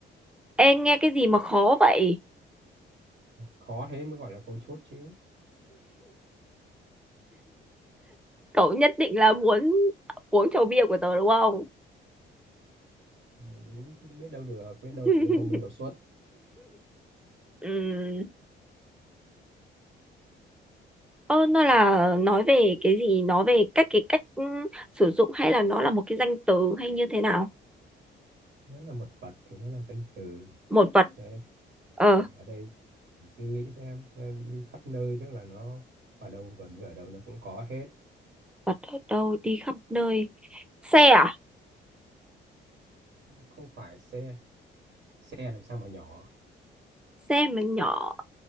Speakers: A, in the centre; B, on the right (about 70°).
A: em nghe cái gì mà khó vậy
B: khó thế mới gọi là câu chốt chứ
A: cậu nhất định là muốn uống chầu bia của tớ đúng không
B: Ừ, biết đâu được biết đâu
A: <laughs>
B: tự nhiên thông minh đột xuất
A: ừ Ơ, nó là nói về cái gì? Nói về cách cái cách ừ, sử dụng hay là nó là một cái danh từ hay như thế nào?
B: nó là một vật thì nó là danh từ
A: Một vật.
B: đấy
A: Ờ,
B: Đấy, ở đây Mình suy nghĩ xem ờ, đi khắp nơi tức là nó ở đâu gần như ở đâu nó cũng có hết
A: vật ở đâu đi khắp nơi. Xe à?
B: không phải xe xe làm sao mà nhỏ
A: Xe mà nhỏ.